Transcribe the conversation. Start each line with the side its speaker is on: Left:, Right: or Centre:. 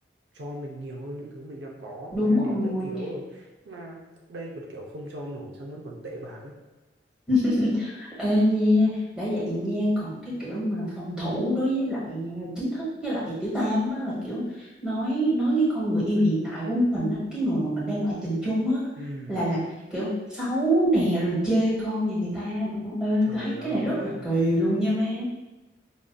Right: cho mình nhiều hơn những thứ mình đang có
Centre: đúng
Right: đấy là
Centre: rồi
Right: điều tất yếu rồi mà đây còn kiểu không cho nổi xong vẫn còn tệ bạc ấy
Centre: <laughs> Ê nha đã vậy nha còn cái kiểu mà phòng thủ đối với lại ờ, chính thức với lại tiểu tam á là kiểu nói nói cái con người yêu hiện tại của mình á cái người mà mình đang ngoại tình chung á
Right: ừ
Centre: là là kiểu xấu nè rồi chê con nhà người ta nữa ê
Right: trời
Centre: tôi thấy
Right: ơi
Centre: cái này rất là kỳ luôn nha má